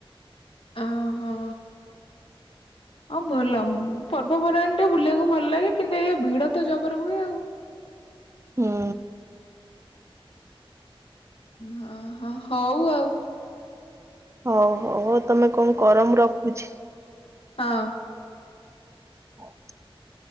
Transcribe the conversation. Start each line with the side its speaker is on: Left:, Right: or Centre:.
Left: ଓ ହୋ। ହଁ ଭଲ ପର୍ବପର୍ବାଣି ଟେ ବୁଲିବାକୁ ଭଲ ଲାଗେ କିନ୍ତୁ ଏଇ ଭିଡ ତ ଜବର ହୁଏ ଆଉ।
Right: ହୁଁ।
Left: ହଁ ହଁ ହଉ ଆଉ।
Right: ହଉ ହଉ ହଉ ତମେ କଣ କର ମୁଁ ରଖୁଛି।
Left: ହଁ।
Right: <inaudible>